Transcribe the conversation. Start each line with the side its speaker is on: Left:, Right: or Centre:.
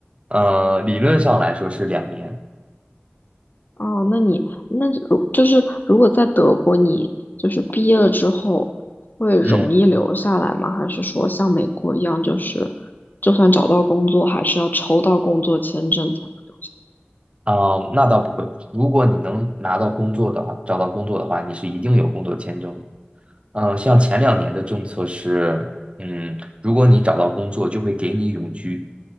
Right: 呃，理论上来说是两年，
Left: 哦，那你那如就是如果在德国，你就是毕业了之后会容易留下来吗？
Right: 嗯。
Left: 还是说像美国一样，就是就算找到工作，还是要抽到工作签证才能留下？
Right: 啊、那倒不会。如果你能拿到工作的话，找到工作的话，你是一定有工作签证的。嗯、像前两年的政策是，嗯，如果你找到工作，就会给你永居。